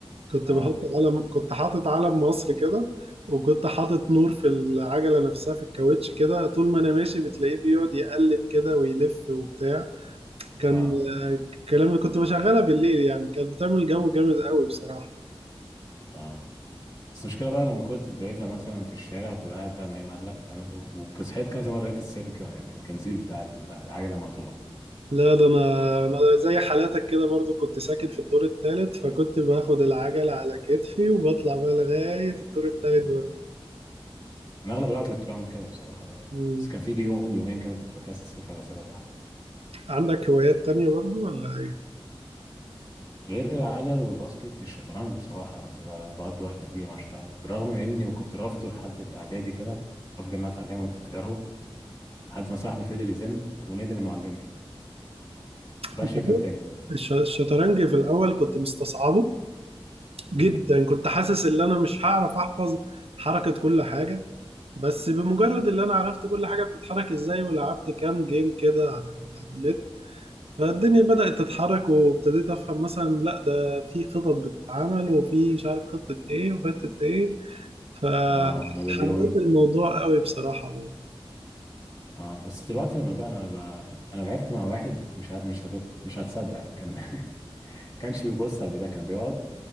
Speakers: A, on the right (about 80°); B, on the left (about 45°).
A: كنت
B: اه
A: بحط علم كنت حاطط علم مصر كده وكنت حاطط نور في العجله نفسها في الكاوتش كده طول ما انا ماشي بتلاقيه بيقعد يقلب كده ويلف وبتاع كان
B: اه
A: الكلام كنت بشغلها بالليل يعني كانت بتعمل جو جامد قوي بصراحه
B: اه بس المشكله بقى لما كنت بقيتها مثلا في الشارع وتبقى قاعد بقى ما مقلق فاهم انت وصحيت كذا مره لقيت السلك يعني الكنزير بتاع العجله مقطوع
A: لا ده انا انا زي حالاتك كده برضو كنت ساكن في الدور الثالث فكنت باخد العجلة على كتفي وبطلع بقى لغاية الدور الثالث
B: امم
A: برضو
B: انا اغلب الوقت كنت بعمل كده بصراحه برضه
A: مم.
B: بس كان في يوم يومين كده كنت بكسل فبسيبها تحت
A: عندك هوايات تانية برضو ولا ايه؟
B: غير العجل والباسكت الشطرنج بصراحه انا كنت ب- بقضي وقت كبير مع الشطرنج بالرغم من اني كنت رافضه لحد الاعدادي كده كنت رافض ان انا اتعلمه وكنت كارهه لحد ما صاحبي فضل يزن وندم انه علمني ما بقاش
A: انت
B: يكذب
A: عارف
B: تاني
A: الش- الشطرنج في الاول كنت مستصعبه جدا
B: امم
A: كنت حاسس ان انا مش هعرف احفظ حركة كل حاجة بس بمجرد ان انا عرفت كل حاجة بتتحرك ازاي ولعبت كام جيم كده على النت فالدنيا بدأت تتحرك وابتديت أفهم مثلا لا ده في خطط بتتعمل وفي مش عارف خطة إيه وخطة إيه فحبيت
B: اه ونابليون
A: الموضوع قوي بصراحة برضه
B: اه بس دلوقتي لما ده انا ب... انا لعبت مع واحد مش ه... مش هت... مش هتصدق يعني كان <laughs> كانش بيبص على البتاع كان بيقعد